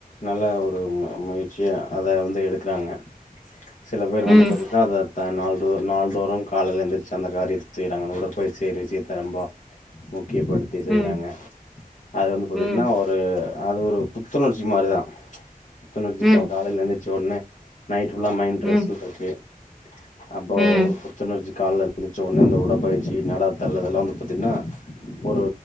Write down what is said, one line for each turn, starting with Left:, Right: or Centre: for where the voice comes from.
Left: நல்ல ஒரு முயற்சியா அத வந்து எடுக்றாங்க சில பேர் வந்து
Centre: ம்
Left: பாத்திட்னா அத நால நாள்தோறும் காலைல எந்திரிச்சு அந்த காரியத்தை செய்றாங்க அந்த உடற்பயிற்சி விசியத்த ரொம்ப முக் முக்கியப்படுத்தி செய்றாங்க
Centre: ம்
Left: அது வந்து பாத்தீட்னா
Centre: ம்
Left: ஒரு அது ஒரு புத்துணர்ச்சி ஜிம் மாரிதா புத்துணர்ச்சிகாக
Centre: ம்
Left: காலைல எந்திரிச்சஒன்னே நைட் ஃபுல்லா மைண்ட்
Centre: ம்
Left: ரெஸ்ட்ல இருக்கு அப்போ
Centre: ம்
Left: ஒரு புத்துணர்ச்சி கால எந்திரிச்ச உடனே இந்த உடற்பயிற்சி நடத்தல் இதெல்லாம் வந்து பாத்தீங்கன்னா ஒரு